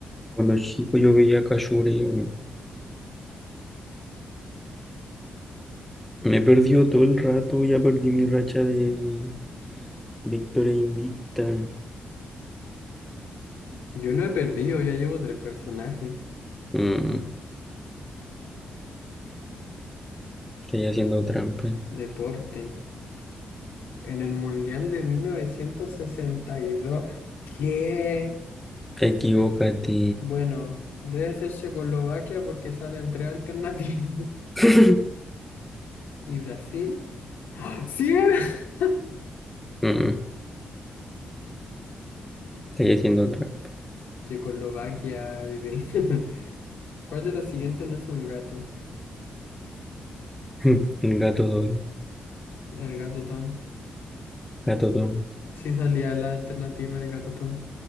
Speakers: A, in the centre; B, on the left.
A: Cuando chico yo veía Cachuri, weón. me perdió todo el rato, ya perdí mi racha de victoria invicta.
B: <laughs> Yo no he perdido, ya llevo tres personajes.
A: Mm, estoy haciendo trampa.
B: Deporte. En el Mundial de 1962. ¿Qué?
A: Equivócate.
B: Bueno, debe ser Checoslovaquia porque salen tres alternativas.
A: <laughs>
B: ¿Y Brasil? ¡Ah! ¡Sí era! <laughs>
A: Mm, estoy haciendo trampa.
B: Checoslovaquia, bebé. <laughs> ¿Cuál de los siguientes no es un gato?
A: <laughs> Gato don,
B: El gato Tom.
A: gato don,
B: Sí salía la alternativa, el gato Tom.